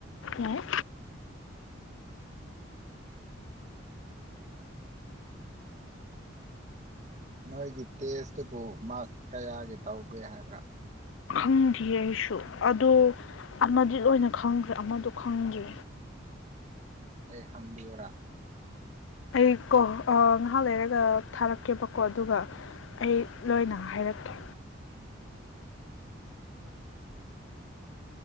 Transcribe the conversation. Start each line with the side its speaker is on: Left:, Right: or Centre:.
Left: ꯌꯥꯏ
Right: ꯅꯣꯏꯒꯤ ꯇꯦꯁꯇꯨꯕꯨ ꯃꯥ ꯀꯌꯥꯒꯤ ꯇꯧꯒꯦ ꯍꯥꯏꯕ꯭ꯔꯥ
Left: ꯈꯪꯗꯦ ꯑꯩꯁꯨ ꯑꯗꯣ ꯑꯃꯗꯤ ꯂ ꯑꯣꯏꯅ ꯈꯪꯗ꯭ꯔꯦ ꯑꯃꯗꯣ ꯈꯪꯗꯦ
Right: ꯑꯩ ꯍꯪꯕꯤꯌꯔꯥ
Left: ꯑꯩ ꯀꯣ ꯉꯥꯏꯍꯥꯛ ꯂꯩꯔꯒ ꯊꯥꯔꯛꯀꯦꯕꯀꯣ ꯑꯗꯨꯒ ꯑꯩ ꯂꯣꯏꯅ ꯍꯥꯏꯔꯛꯀꯦ